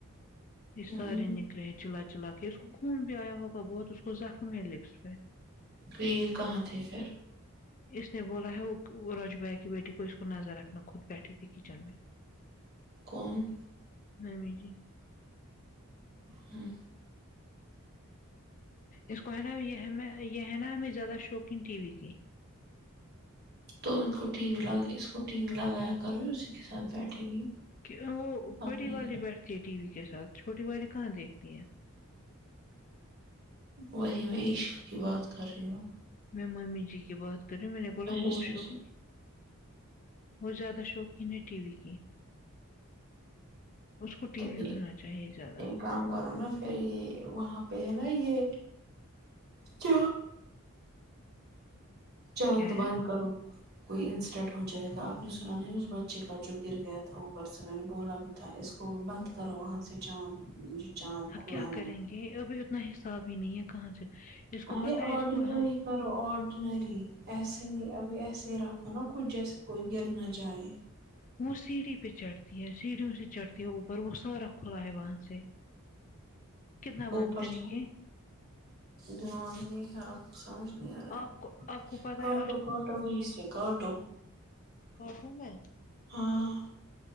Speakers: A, on the left; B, on the right.
A: یہ
B: ہوں
A: سارے نکلے ہیں چلا چلا کے اس کو خون بھی آیا ہوگا بہت اس کو زخم ہے لپس پہ
B: کہ یہ <unintelligible> کہاں تھے پھر
A: اس نے بولا ہے وہ راجو بھائی کی بیٹی کو اس کو نظر رکھنا خود بیٹھی تھی کچن میں
B: کون
A: <unintelligible> نہیں م جی
B: ہمم
A: اس کو ہے نا یہ یہ ہے نا ہمیں زیادہ شوقین ٹی وی کی
B: تو ان کو ٹی وی ل اس کو ٹی وی لگایا کر اسی کے ساتھ بیٹھے گی
A: کہ وہ بڑی
B: اپنے
A: والی
B: گھر
A: بیٹھتی ہے ٹی وی کے ساتھ چھوٹی والی کہاں دیکھتی ہیں
B: وہی میں اسی کی بات کر رہی ہوں
A: میں ممی جی کی بات کر رہی ہوں میں نے بولا
B: اچھا اچھا
A: وہ
B: اچھا
A: شوق بہت زیادہ شوقین ہے ٹی وی کی اس کو ٹی
B: تو
A: وی
B: یہ
A: ہونا چاہیے زیادہ
B: ایک کام کرو نا پھر یہ وہاں پہ ہے نا یہ چ چاتھ
A: کیا ہے
B: بند کرو کوئی انسیڈنٹ ہو جائے گا آپ نے سنا نہیں اس بچے کا جو گر گیا تھا اوپر سے میں نے بولا بھی تھا اس کو بند کرو وہاں سے چاند چاند کھلا
A: کیا
B: ہے
A: کریں
B: وہ۔
A: گے ابھی اتنا حساب ہی نہیں ہے کہاں سے اس کو
B: ارے
A: پتا ہے
B: آرڈنری
A: اس کو ہم
B: کرو آرڈنری ایسے نہیں ابھی ایسے ہی رکھو نا کچھ جیسے کوئی گر نہ جائے
A: وہ سیڑھی پہ چڑھتی ہے سیڑھیوں سے چڑھتی ہے اوپر وہ سارا کھلا ہے وہاں سے کتنا بند
B: اوپر
A: کریں
B: سے
A: گے
B: دماغ نہیں ہے سمجھ نہیں آ رہا ہے
A: آپ کو آپ کو پتا
B: کاٹو
A: ہے
B: کاٹو وہی سے کاٹو
A: کاٹو میں
B: ہاں